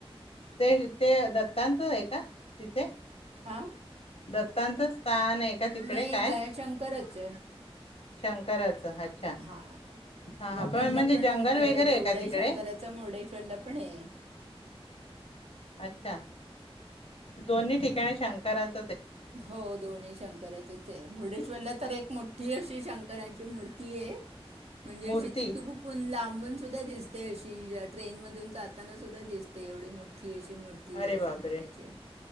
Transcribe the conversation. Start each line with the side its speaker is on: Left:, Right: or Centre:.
Left: ते ते दत्तांत आहे का तिथे?
Right: हा
Left: दत्तांचं स्थान आहे का तिकडे
Right: नाही
Left: काय
Right: ग शंकरच
Left: शंकराचं अच्छा
Right: हा
Left: हा हा
Right: गोकणला
Left: म्हणजे
Right: पण
Left: जंगल
Right: मोठं
Left: वगैरे
Right: देऊळ
Left: का
Right: आहे.
Left: तिकडे
Right: शंकराच मुर्डेश्वरला पण है.
Left: अच्छा दोन्ही ठिकाणी शंकरा --
Right: हो दोन्ही शंकरातच है मुर्डेश्वरला -- तर एक मोठ -- ठ्ठी अशी शंकराची- - मूर्ती है -- म्हणजे
Left: मूर्ती
Right: अशी ती <unintelligible> लांब थांबून सुद्धा दिसते अशी ट्रेन मधून जाताना सुद्धा दिसते एवढी मोठठी -- ही अशी मूर्ती
Left: अरे
Right: आहे
Left: बापरे
Right: शंकराची.